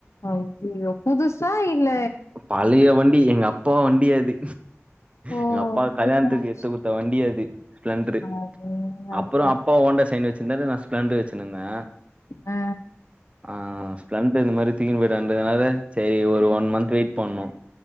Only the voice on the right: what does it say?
பழய வண்டி எங்க அப்பா வண்டி அது
எங்க அப்பா கல்யாணத்துக்கு
எடுத்து
குடுத்த வண்டி அது ஸ்பிலெண்ட்ரு
அப்றோ அப்பா ஹோண்டா சைன் வச்சிருந்தாரு நா ஸ்ப்லெண்டர் வச்சினுருந்தே
ஆ ஸ்ப்லெண்டர் இந்த மாரி தூக்கினு போயிடான்றதுனால சேரி ஒரு
ஒன் மன்த் வெய்ட் பண்ணோ